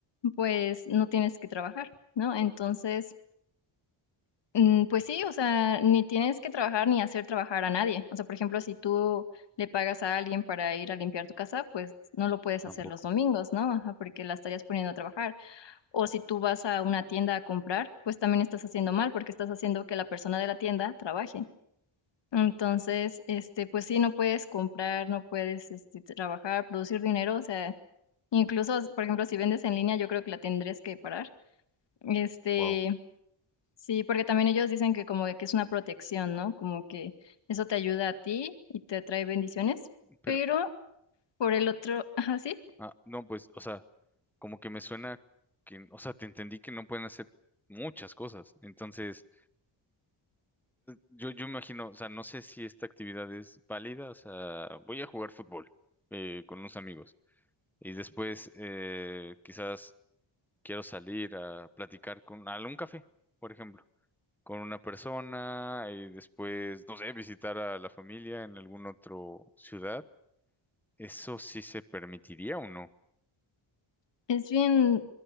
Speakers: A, on the left; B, in the centre.
A: pues no tienes que trabajar, ¿no? Entonces, mm, pues sí, o sea, ni tienes que trabajar ni hacer trabajar a nadie. O sea, por ejemplo, si tú le pagas a alguien para ir a limpiar tu casa, pues no lo puedes
B: Tampoco.
A: hacer los domingos, ¿no? Ajá, porque la estarías poniendo a trabajar. O si tú vas a una tienda a comprar, pues también estás haciendo mal porque estás haciendo que la persona de la tienda trabaje. Entonces, este, pues sí, no puedes comprar, no puedes, este, trabajar, producir dinero, o sea, incluso, por ejemplo, si vendes en línea, yo creo que la tendrías que parar este,
B: Wow.
A: sí, porque también ellos dicen que como que es una protección, ¿no? Como que eso te ayuda a ti y te trae bendiciones,
B: Pero,
A: pero por el otro, <laughs> ajá, sí,
B: ah, no, pues, o sea, como que me suena que, o sea, te entendí que no pueden hacer muchas cosas. Entonces, yo, yo imagino, o sea, no sé si esta actividad es válida, o sea, voy a jugar fútbol eh, con unos amigos. Y después, eh, quizás quiero salir a platicar con a un café, por ejemplo, con una persona y después, no sé, visitar a la familia en algún otro ciudad. ¿Eso sí se permitiría o no?
A: es bien